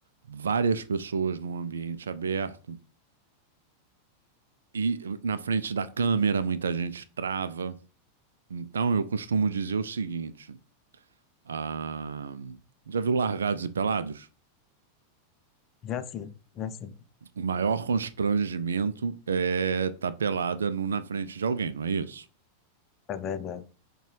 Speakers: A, on the right (about 65°); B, on the left (about 30°).
A: várias pessoas num ambiente aberto. E na frente da câmera muita gente trava. Então eu costumo dizer o seguinte: ah, já viu Largados e Pelados?
B: Já sim, já sim,
A: O maior constrangimento é estar pelado é nu na frente de alguém, não é isso?
B: é verdade.